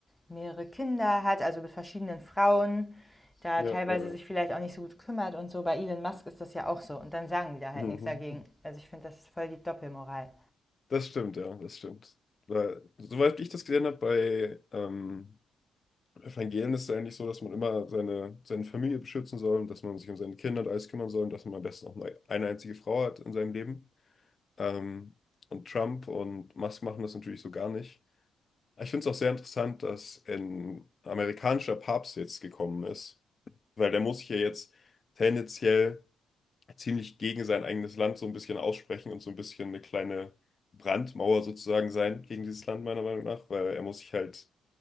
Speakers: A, in the centre; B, on the left.
A: mehrere Kinder hat, also mit verschiedenen Frauen, da
B: Ja,
A: teilweise
B: äh,
A: sich vielleicht auch nicht so gut kümmert und so. Bei Elon Musk ist das ja auch so und dann sagen die da halt
B: mhm.
A: nichts dagegen. Also ich finde, das ist voll die Doppelmoral.
B: Das stimmt, ja, das stimmt. Weil, soweit ich das gesehen habe, bei ähm, Evangelien ist es eigentlich so, dass man immer seine, seine Familie beschützen soll und dass man sich um seine Kinder und alles kümmern soll und dass man am besten auch nur eine einzige Frau hat in seinem Leben. Ähm, und Trump und Musk machen das natürlich so gar nicht. Ich finde es auch sehr interessant, dass ein amerikanischer Papst jetzt gekommen ist, weil der muss sich ja jetzt tendenziell ziemlich gegen sein eigenes Land so ein bisschen aussprechen und so ein bisschen eine kleine Brandmauer sozusagen sein gegen dieses Land, meiner Meinung nach, weil er muss sich halt